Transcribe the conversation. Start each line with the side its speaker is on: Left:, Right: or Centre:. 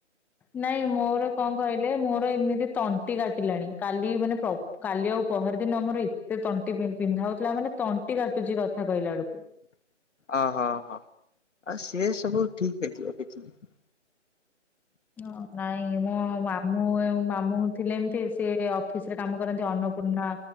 Centre: ନାଇଁ ମୋର କଣ କହିଲେ ମୋର ଏମିତି ତଣ୍ଟି କାଟିଲାଣି କାଲି ମାନେ ପ କାଲି ଆଉ ପହର ଦିନ ମୋର ଏତେ ତଣ୍ଟି ପିନ୍ଧା ହଉଥିଲା ମାନେ ତଣ୍ଟି କାଟୁଛି କଥା କହିଲା ବେଳକୁ।
Left: ଅ ହ ହ ଆଉ ସିଏ ସବୁ ଠିକ ହେଇଯିବ କିଛି ନାଇ।
Centre: ହଁ ନାଇଁ ମୋ ମାମୁଁ ମାମୁଁ ଥିଲେ ଏମତି ସିଏ ଅଫିସ ରେ କାମ କରନ୍ତି ଅନ୍ନପୂର୍ଣ୍ଣା